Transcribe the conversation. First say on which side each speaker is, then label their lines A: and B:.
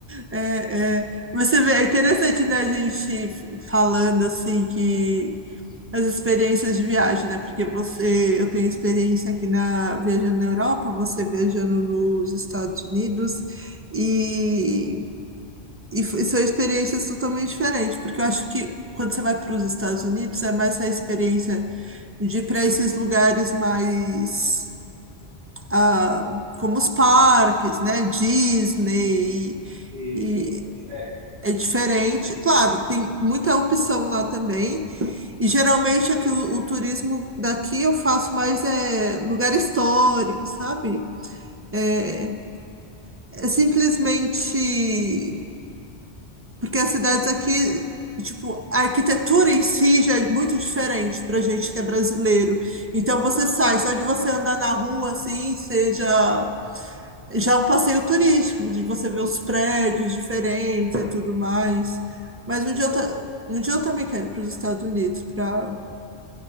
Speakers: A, on the right; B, on the right.
A: É, é. Mas Você vê, é interessante, né, a gente falando assim que as experiências de viagem, né? Porque você, eu tenho experiência aqui na viajando na Europa, você viajando nos Estados Unidos e, e f- e são experiências totalmente diferentes, porque eu acho que quando você vai para os Estados Unidos é mais a experiência de ir para esses lugares mais ah, como os parques, né? Disney
B: Isso,
A: e, e
B: é diferente,
A: é diferente. Claro, tem muita opção lá também. E geralmente aqui o, o turismo daqui eu faço mais é lugar histórico, sabe? É, é simplesmente Porque as cidades aqui, tipo, a arquitetura em si já é muito diferente pra gente que é brasileiro. Então você sai, só de você andar na rua assim, seja já é um passeio turístico, de você ver os prédios diferentes e tudo mais. Mas um
B: com
A: dia
B: certeza.
A: eu, ta- um dia eu também quero ir para os Estados Unidos para